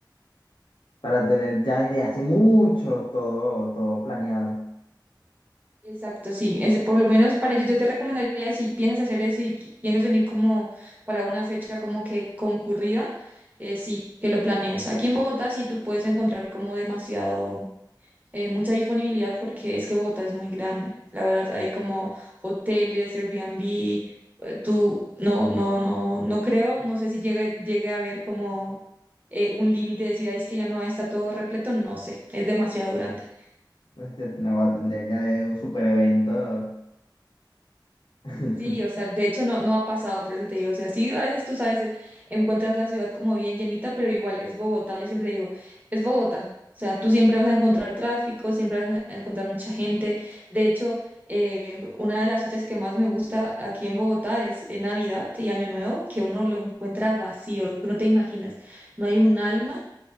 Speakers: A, on the left; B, on the right.
A: para tener ya desde hace mucho todo, todo planeado.
B: Exacto, sí. Es, por lo menos para yo, yo te recomendaría si piensas hacer eso y qui- piensas venir como para una fecha como que concurrida, eh, sí, que lo planees. Aquí en Bogotá sí tú puedes encontrar como demasiado, eh, mucha disponibilidad porque es que Bogotá es muy grande. La verdad, hay como hoteles, Airbnb, eh, tú, no, no, no, no creo, no sé si llegue, llegue a haber como eh, un límite de decir, "Ay, es que ya no está todo repleto, no sé, es demasiado grande.
A: Este, <laughs> no, tendría que haber un super evento. <laughs>
B: Sí, o sea, de hecho no, no ha pasado, por eso te digo, o sea, sí, a veces tú sabes, eh, encuentras la ciudad como bien llenita, pero igual es Bogotá, yo siempre digo, es Bogotá, o sea, tú siempre vas a encontrar tráfico, siempre vas a encontrar mucha gente, de hecho, eh, una de las fechas que más me gusta aquí en Bogotá es en Navidad y Año Nuevo, que uno lo encuentra vacío, que no te imaginas, no hay un alma